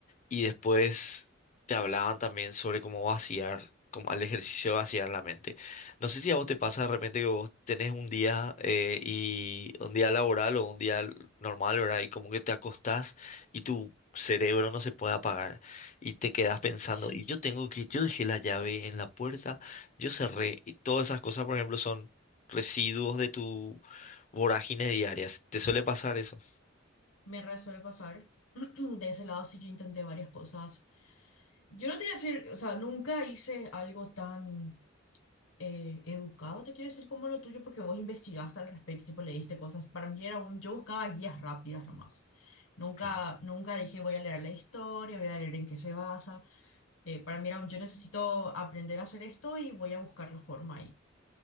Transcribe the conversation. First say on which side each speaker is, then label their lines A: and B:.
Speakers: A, on the left; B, on the left.
A: Y después te hablaban también sobre cómo vaciar, como al ejercicio de vaciar la mente. No sé si a vos te pasa de repente que vos tenés un día eh, y un día laboral o un día l- normal, ¿verdad? Y como que te acostás y tu cerebro no se puede apagar y te quedás pensando,
B: sí,
A: y yo tengo que, yo dejé la llave en la puerta, yo cerré, y todas esas cosas, por ejemplo, son residuos de tu vorágine diaria. ¿Te suele pasar eso?
B: me re suele pasar. <clears throat> De ese lado sí yo intenté varias cosas. Yo no te voy a decir, o sea, nunca hice algo tan eh, educado, te quiero decir, como lo tuyo, porque vos investigaste al respecto, tipo, leíste cosas. Para mí era un, yo buscaba guías rápidas nomás. Nunca,
A: Claro,
B: nunca dije voy a leer la historia, voy a leer en qué se basa. Eh, para mí era un, yo necesito aprender a hacer esto y voy a buscar la forma